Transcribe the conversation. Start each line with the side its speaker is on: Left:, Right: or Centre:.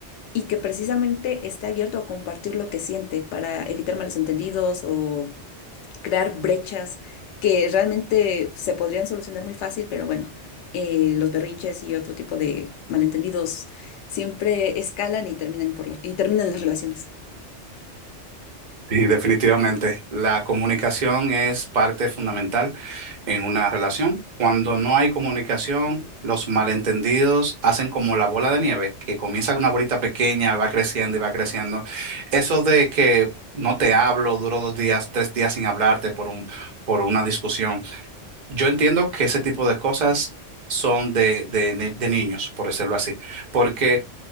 Left: y que precisamente esté abierto a compartir lo que siente para evitar malos entendidos o crear brechas que realmente se podrían solucionar muy fácil, pero bueno, eh, los berrinches y otro tipo de malentendidos siempre escalan y terminan por la- y terminan las relaciones.
Right: Y definitivamente, la comunicación es parte fundamental en una relación. Cuando no hay comunicación, los malentendidos hacen como la bola de nieve, que comienza con una bolita pequeña, va creciendo y va creciendo. Eso de que no te hablo, duró dos días, tres días sin hablarte por un, por una discusión. Yo entiendo que ese tipo de cosas son de, de, ni- de niños, por decirlo así. Porque